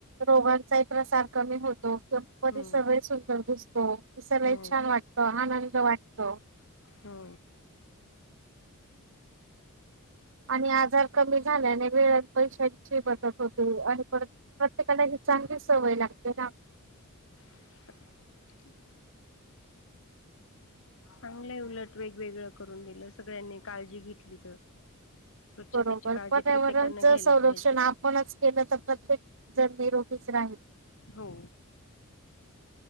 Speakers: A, on the right; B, on the left.
A: रोगांचाही प्रसार कमी होतो. परीसर
B: हम्म
A: सगळे सुंदर दिसतो ते सगळे
B: हो
A: छान वाटत आनंद वाटत.
B: हो.
A: आणि आजार कमी झाल्याने वेळात पैशांची बर. आणि पर प्रत्येकाला चांगली सवय लागते ना.
B: <inaudible> चांगलंय उलट वेगवेगळं करून दिलं सगळ्यांनी काळजी घेतली तर. स्वच्छतेची
A: बरोबर
B: काळजी
A: पर्यावरणच
B: प्रत्येकानं घ्यायला
A: संरक्षण
B: पाहिजे.
A: आपणच केलं तर प्रत्येक जर निरोगीच राहील.
B: हो.